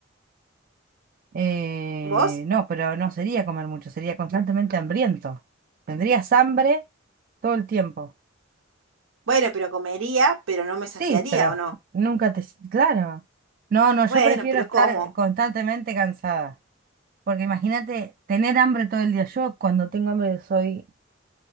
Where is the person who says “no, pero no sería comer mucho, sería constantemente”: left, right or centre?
Right